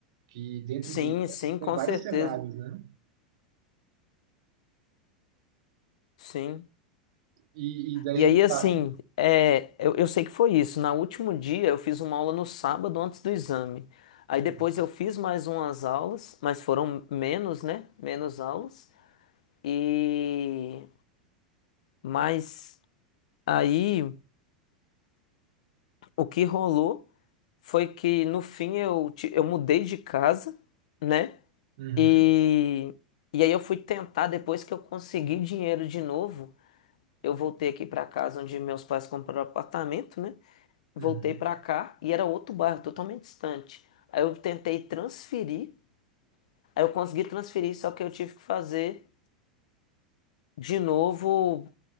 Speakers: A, on the right (about 50°); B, on the left (about 55°).
A: que dentro
B: Sim,
A: do
B: sim, com
A: tem vários
B: certeza.
A: cenários, né?
B: Sim.
A: E, e daí
B: E aí, assim,
A: tá.
B: é, eu, eu sei que foi isso. Na último dia, eu fiz uma aula no sábado antes do exame. Aí
A: Uhum,
B: depois eu fiz mais umas aulas, mas foram menos, né? Menos aulas. E. Mas aí, o que rolou foi que no fim eu, ti- eu mudei de casa, né?
A: uhum,
B: E. E aí eu fui tentar, depois que eu consegui dinheiro de novo, eu voltei aqui para casa onde meus pais compraram apartamento, né?
A: uhum.
B: voltei pra cá e era outro bairro, totalmente distante. Aí eu tentei transferir, aí eu consegui transferir, só que eu tive que fazer de novo